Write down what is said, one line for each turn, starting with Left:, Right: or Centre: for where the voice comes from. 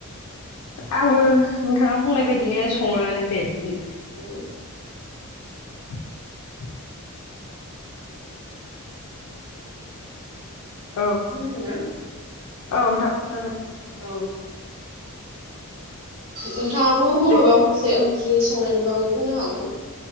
Left: आंबो नोंथाङा बुंनाय बायदिनो सङोआनो दे इस
Right: उम
Left: <inaudible> औ
Right: खोनादोंना?
Left: औ नोंथां खोनादों।
Right: औ नोंथाङाबो मबेबा
Left: दे
Right: मोनसे ओंख्रि संनायनि बागै बुंनो हागोन।